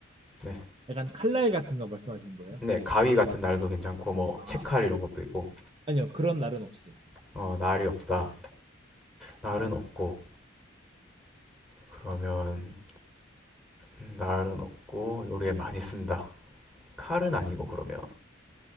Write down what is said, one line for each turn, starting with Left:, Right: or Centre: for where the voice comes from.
Centre: 네.
Right: 약간 칼날 같은 거 말씀하시는 거예요?
Centre: 네, 가위 같은 날도 괜찮고, 뭐,
Right: 아,
Centre: 채칼 이런 것도 있고,
Right: 아니요. 그런 날은 없어요.
Centre: 어, 날이 없다. 날은 없고, 그러면, 음, 날은 없고, 요리에 많이 쓴다. 칼은 아니고, 그러면,